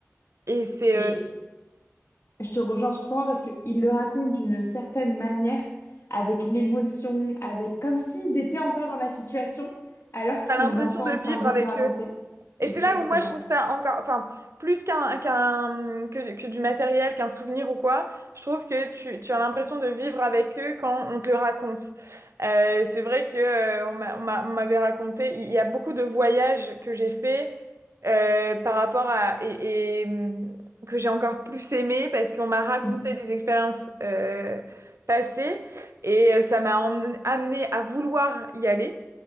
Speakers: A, on the right; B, on the left.
A: et c'est
B: Je,
A: euh,
B: je te rejoins sur ce point parce qu'ils le racontent d'une certaine manière, avec l'émotion, avec comme s'ils étaient encore dans la situation, alors qu'ils
A: t'as
B: sont
A: l'impression
B: devant toi
A: de
B: en
A: vivre
B: train de
A: avec
B: te raconter.
A: eux.
B: Exactement.
A: Et c'est là où moi je trouve ça encore, enfin, plus qu'un, qu'un, que, que du matériel, qu'un souvenir ou quoi, je trouve que tu, tu as l'impression de vivre avec eux quand on te le raconte. Euh, c'est vrai que euh, on m'a- on m'a- on m'avait raconté, il y a beaucoup de voyages que j'ai fait euh, par rapport à et, et, hum, que j'ai encore plus aimé parce qu'on m'a raconté
B: Mhm,
A: des expériences euh, passées et euh, ça m'a emmené- amené à vouloir y aller.